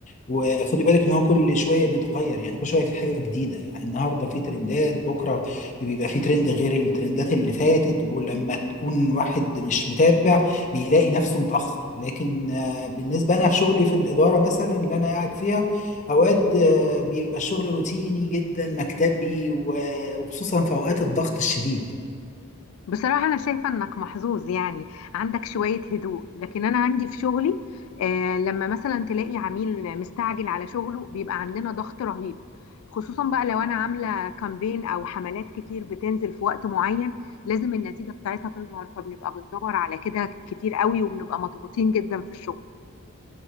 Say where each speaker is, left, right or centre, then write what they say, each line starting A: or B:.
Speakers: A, on the left; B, on the left.
A: وخدي بالك ان هو كل شويه بيتغير يعني كل شويه في حاجه جديده يعني النهارده في ترندات بكره بيبقى في ترند غير الترندات اللي فاتت ولما تكون واحد مش متابع بيلاقي نفسه متاخر لكن آه، بالنسبه انا في شغلي في الاداره مثلا اللي انا قاعد فيها اوقات آه، بيبقى الشغل روتيني جدا مكتبي و- وخصوصا في اوقات الضغط الشديد
B: بصراحة أنا شايفة إنك محظوظ يعني عندك شوية هدوء لكن أنا عندي في شغلي آه لما مثلا تلاقي عميل مستعجل على شغله بيبقى عندنا ضغط رهيب خصوصا بقى لو أنا عاملة كامبين أو حملات كتير بتنزل في وقت معين لازم النتيجة بتاعتها تظهر فبنبقى بندور على كده كتير قوي وبنبقى مضغوطين جدا في الشغل